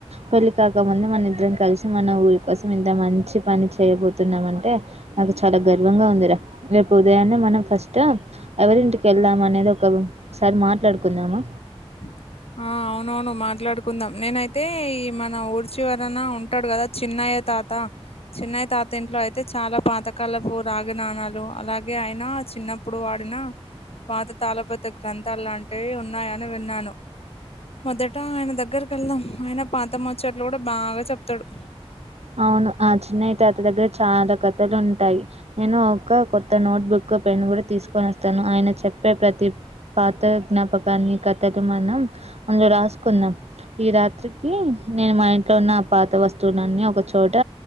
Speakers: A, on the right; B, on the left.
A: పెళ్ళి కాకముందు మన ఇద్దరం కలిసి మన ఊరి కోసం ఇంత మంచి పని చేయబోతున్నామంటే నాకు చాలా గర్వంగ ఉందిర రేపు ఉదయాన్నే మనం ఫస్టూ ఎవరింటికి వెళ్దామనేది ఒక సారి మాట్లాడుకుందామా?
B: <inaudible> ఆ అవునవును మాట్లాడుకుందాం నేనైతే ఈ మన ఊరి చివరన ఉంటడు గదా చిన్నయ్య తాతా చిన్నయ్య తాత ఇంట్లో అయితే చాలా పాతకాలపు రాగి నాణాలు లు అలాగే ఆయన చిన్నప్పుడు వాడిన పాత తాళపత్ర గ్రంథాలాంటే ఉన్నాయని విన్నాను మొదట ఆయన దగ్గరకు వెళ్దాం ఆయన పాత ముచ్చట్లు కూడా బాగా చెప్తాడు
A: అవును ఆ చిన్నయ్య తాత దగ్గర చాలా కథలు ఉంటాయి నేను ఒక కొత్త నోట్బుక్ పెన్ కూడా తీసుకొని వస్తాను ఆయన చెప్పే ప్రతి పాత జ్ఞాపకాన్ని కథక మనం అందులో రాసుకుందాం ఈ రాత్రికి నేను మా ఇంట్లో ఉన్న ఆ పాత వస్తు వస్తువులన్నీ ఒక చోట